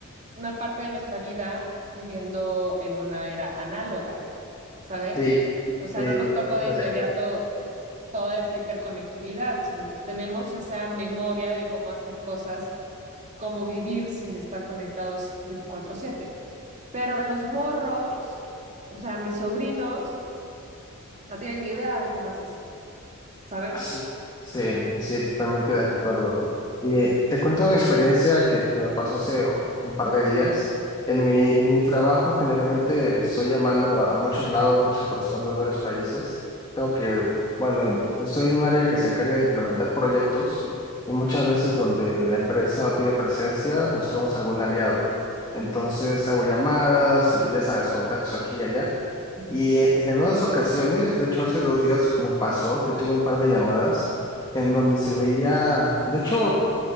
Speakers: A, on the right; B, on the left.
A: una parte de nuestra vida viviendo en una era análoga, ¿sabes?
B: Sí,
A: Sí. O sea,
B: sí,
A: no nos
B: totalmente
A: tocó de inmediato
B: de acuerdo.
A: toda esta hiperconectividad, sino que tenemos esa memoria de cómo hacer cosas, cómo vivir sin estar conectados 24/7. Pero los morros, o sea, mis sobrinos, no tienen ni idea de cómo es eso, ¿sabes?
B: Ah, Sí, sí, sí, totalmente de acuerdo. Y te cuento una experiencia que, que me pasó hace un par de días. En mi, en mi trabajo generalmente estoy llamando a muchos lados, muchas personas, varios países. Tengo que, bueno, estoy en un área que se encarga de implementar proyectos y muchas veces donde la empresa no tiene presencia, buscamos algún aliado. Entonces hago llamadas y ya sabes, contactos aquí y allá.
A: Ujú.
B: Y en en algunas ocasiones, de hecho hace dos días me pasó que tuve un par de llamadas en donde se veía, de hecho,